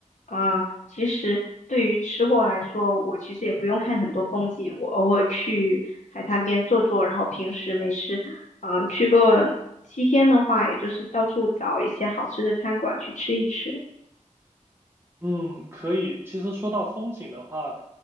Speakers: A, on the left; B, on the right.
A: 啊，其实对于吃货来说，我其实也不用看很多风景，我偶尔去海滩边坐坐，然后平时没事，嗯、去个七天的话，也就是到处找一些好吃的餐馆去吃一吃。
B: 嗯，可以。其实说到风景的话，